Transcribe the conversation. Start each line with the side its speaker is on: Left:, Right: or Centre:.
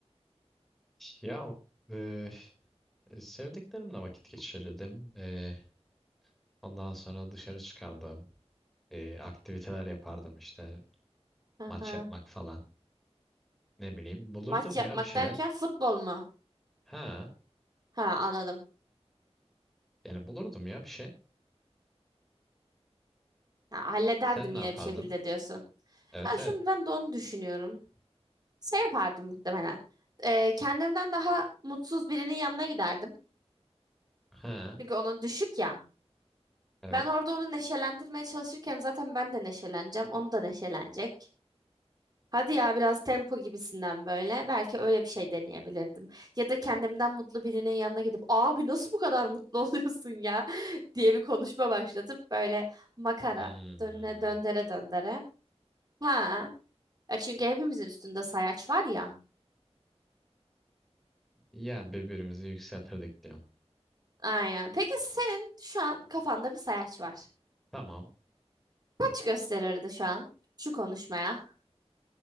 Centre: Ya e, sevdiklerimle vakit geçirirdim. E, ondan sonra dışarı çıkardım. e, aktiviteler yapardım işte
Right: Aha.
Centre: maç yapmak falan. Ne bileyim bulurdum
Right: Maç yapmak
Centre: ya bir şeyler.
Right: derken futbol mu?
Centre: Ha
Right: Ha anladım.
Centre: yani bulurdum ya bir şey.
Right: Ha, hallederdim
Centre: Sen ne
Right: yine
Centre: yapardın?
Right: bir şekilde diyorsun.
Centre: Evet
Right: Ya şimdi
Centre: evet.
Right: ben de onu düşünüyorum. Şey yapardım muhtemelen. Ee, kendimden daha mutsuz birinin yanına giderdim.
Centre: Ha
Right: Çünkü onun düşük ya.
Centre: evet.
Right: Ben orada onu neşelendirmeye çalışırken zaten ben de neşeleneceğim. Onu da neşelenecek. Hadi ya biraz tempo gibisinden böyle. Belki öyle bir şey deneyebilirdim. Ya da kendimden mutlu birinin yanına gidip abi nasıl bu kadar mutlu oluyorsun ya <laughs> diye bir konuşma başlatıp böyle makara
Centre: Hmm.
Right: dönüne döndere döndere. Ha. Ya çünkü hepimizin üstünde sayaç var ya.
Centre: Yani birbirimizi yükseltirdik diyorum.
Right: Aynen. Peki senin şu an kafanda bir sayaç var.
Centre: Tamam.
Right: Kaç gösterirdi şu an şu konuşmaya?